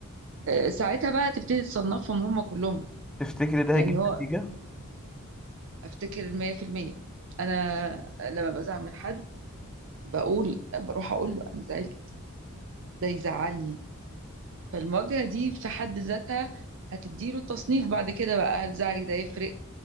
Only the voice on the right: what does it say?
آه، ساعتها بقى تبتدي تصنفهم هم كلهم
يعني
هو
افتكر 100% انا لما بزعل من حد بقول بروح اقول له انا زعلت ده يزعلني فالمواجهه دي في حد ذاتها هتديله التصنيف بعد كده بقى هل زعلي ده يفرق